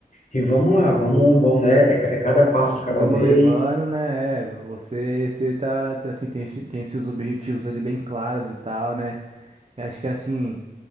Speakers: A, on the left; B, on the right.
A: e vamos lá, vamos, vamos, né? É, ca- é cada passo de cada
B: Vamos
A: vez.
B: levando, né? É, você, você tá, tá, assim, tem, tem seus objetivos ali bem claros e tal, né? E acho que assim.